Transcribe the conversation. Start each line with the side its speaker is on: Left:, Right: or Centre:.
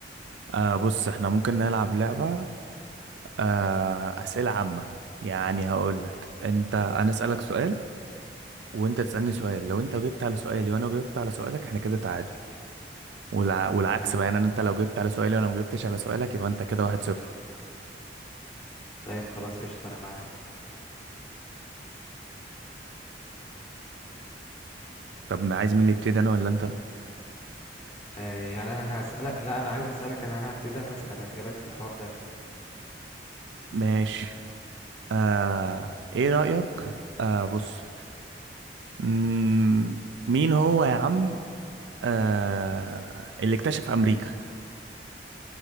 Right: آه بص احنا ممكن نلعب لعبة آه أسئلة عامة يعني هقول لك انت انا أسألك سؤال وانت تسألني سؤال لو انت جبت على سؤالي وانا جبت على سؤالك احنا كده تعادل والع... والعكس
Left: تمام
Right: بقى يعني أنا- انت لو جبت على سؤالي وانا ما جبتش على سؤالك يبقى انت كده واحد صفر
Left: طيب خلاص قشطه انا معاك
Right: طب ما عايز مين اللي يبتدي انا ولا انت
Left: آه، يعني انا هسالك لا انا عايز اسالك انا انا هبتدي انا اسالك ايه رايك في الحوار ده
Right: ماشي آه ايه رأيك آه بص مم، مين هو يا عم آه اللي اكتشف امريكا